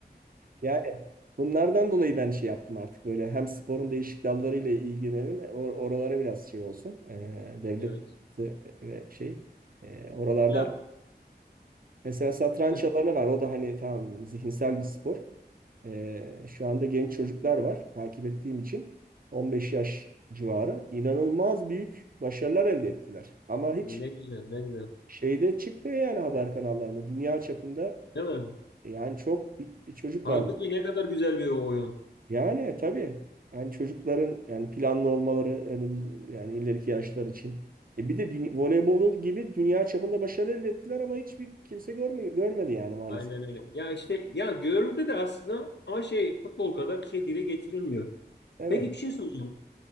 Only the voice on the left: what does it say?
Evet.
Yat.
<laughs>
Ne güzel, ne güzel.
Değil mi?
Halbuki
ne kadar güzel bir oyun.
Aynen öyle. Ya işte ya görüldü de aslında ama şey futbol kadar şey dile getirilmiyor.
Peki bir şey soracağım.